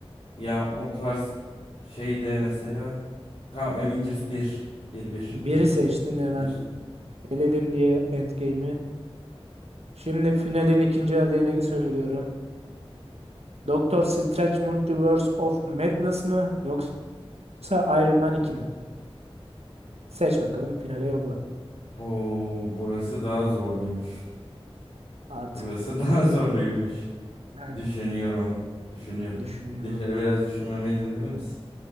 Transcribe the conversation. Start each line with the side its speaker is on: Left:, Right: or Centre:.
Left: Yani o tarz şey de mesela tam Avengers bir bir bir
Right: Biri
Left: bir
Right: seçtin hemen
Left: bir
Right: eledim diye Endgame'i. Şimdi finalin ikinci adayını söylüyorum. Doctor Strange Multiverse of Madness mı yoksa Iron Man iki mi? Seç bakalım finale yolla.
Left: Oo, burası daha zorluymuş.
Right: Artık
Left: Burası <laughs> daha zorluymuş.
Right: Evet.
Left: Düşünüyorum. Düşünüyorum.
Right: düşünüyorum.
Left: Bir şey biraz düşünmeme izin verir misin?